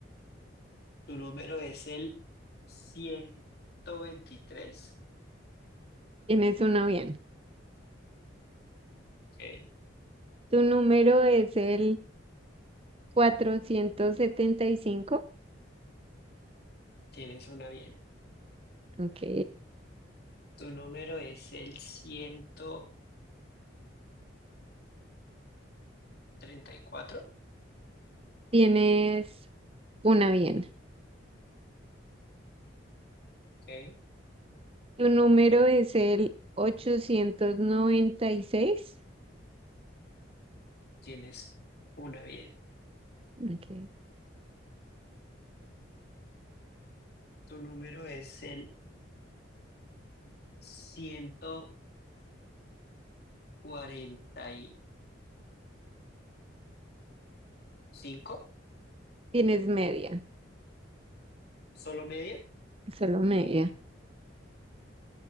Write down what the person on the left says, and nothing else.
Tu número es el ciento veintitrés
Ok.
Tienes una bien.
Tu número es el ciento treinta y cuatro
Ok.
Tienes una bien.
Tu número es el ciento cuarenta y cinco
solo media.